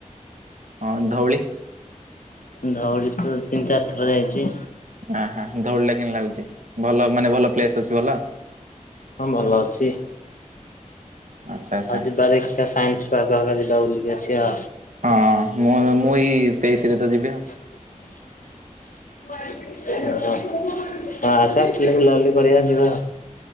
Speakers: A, on the right; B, on the left.
A: ହଁ ଧଉଳି?
B: ଧଉଳି ତି ତିନି ଚାରି ଥର ଯାଇଛି।
A: ଆହା ଧଉଳିଟା କେମିତି ଲାଗୁଛି ଭଲ ମାନେ ଭଲ ପ୍ଲେସ ଅଛି ଭଲ?
B: ହଁ ଭଲ ଅଛି।
A: ଆଚ୍ଛା ଆଚ୍ଛା।
B: ଆଉ ଯିବା ଦେଖିବା ସାଇନ୍ସି ପାର୍କ ହକା ବୁଲିକି ଆସିବା।
A: ହଁ ମୁଁ ମୁଁ ଏଇ ତେଇସିରେ ତ ଯିବି ଆଉ।
B: <unintelligible> ହଁ ତୁ ଆସେ ଆସିଲେ ବୁଲା ବୁଲି କରିବା ଯିବା।